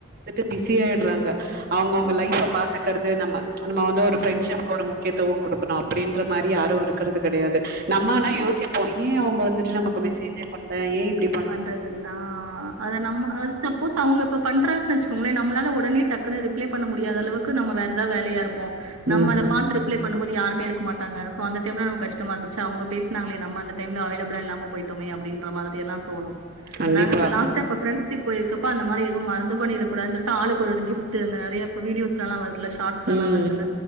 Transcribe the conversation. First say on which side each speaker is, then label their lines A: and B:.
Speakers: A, on the right; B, on the right.
A: <inaudible> பிஸியாயிடுறாங்க அவுங்கவுங்க
B: ஆமா
A: லைஃப்ப பாத்துக்குறது நம்ம நம்முன்ன வந்து ஒர்
B: கண்டிப்பா
A: ஃப்ரெண்ட்ஷி்க்கு ஒரு முக்கியத்துவம் குடுப் க்கணும் அப்டின்ற மாரி யாரு இருக்குறது கெடையாது நம்மன்னா
B: ம்
A: யோசிப்போம் ஈ அவுங்க வந்துட்டு நம்ம க்கு மெசேஜே பண்ற ஏ இப்பிடி
B: பண்றதுல்லா அஹா அத நம்ம தப்போஸ் அவுங்க இப்ப பண்றாங் நனச்சுக்கோங்குலே நம்முனால்ல உடன டக்குன்ன ரிப்ளை பண்ண முடியாதளவுக்கு நம்ம வேற எதாவ் வேலையா இருப்போ நம்ம
A: ம்.
B: அத பாத்து ரிப்ளை பண்ணும் போது க்கு யாருமே இருக்க மாட்டாங்க சோ அந்த டைமில்ல கஷ்டமா இருக்கு எச்ச அவுங்க பேசுனாங்லே நம்ம டைம்ல அவைலப்புலா இல்லாம போய்டோமே இப்டின்ற மாதிரில்லா தோணு
A: கண்டிப்பா.
B: நாங்க இப்ப லாஸ்ட்டா இப்ப ஸ்ரெண்ஸ்டிப் போயிருக்கப்ப அந்த மாரி எது மறந்து பணி இருக்குடாதுன்ன சொல்லிட் ஆளுங் ஒரு கிஃப்ட்டு இந்த நெறியா இப்ப வீடியோஸ் லால வருதுல ஷார்ட்ஸ் எல்லா
A: ம்.
B: வருதுல்ல